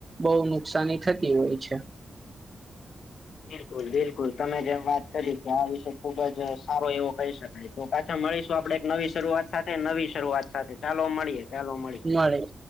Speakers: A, on the right; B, on the left.
A: બહુ નુકસાની થતી હોય છે
B: બિલકુલ બિલકુલ તમે જેમ વાત કરી કે આ વિષ ખુબ જ સારો એવો કહી શકાય તો પાછા મળીશું આપડે એક નવી શરૂઆત સાથે નવી શરૂઆત સાથે ચાલો મળીએ ચાલો મળીએ
A: મળી